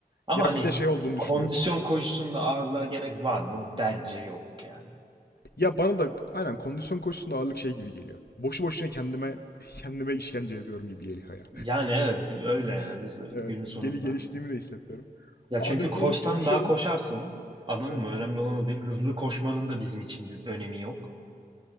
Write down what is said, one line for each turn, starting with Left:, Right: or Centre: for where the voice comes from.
Right: Ama
Left: Ya
Right: hani
Left: bir de şey olduğunu
Right: kondisyon
Left: düşünüyorum.
Right: koşusunda ağırlığa gerek var mı? Bence yok yani.
Left: Ya bana da aynen kondisyon koşusunda ağırlık şey gibi geliyor. Boşu boşuna kendime <laughs> kendime işkence ediyorum gibi geliyor ya.
Right: Yani evet öyle yani
Left: <laughs>
Right: z-
Left: Evet,
Right: günün sonunda.
Left: geli geliştiğimi de hissetmiyorum.
Right: Ya
Left: Ağırlıklı
Right: çünkü koşsan
Left: yumruk çalışıyorum.
Right: daha koşarsın. Anladın
Left: Evet,
Right: mı? Önemli olan o değil. Hızlı koşmanın da bizim için bir önemi yok.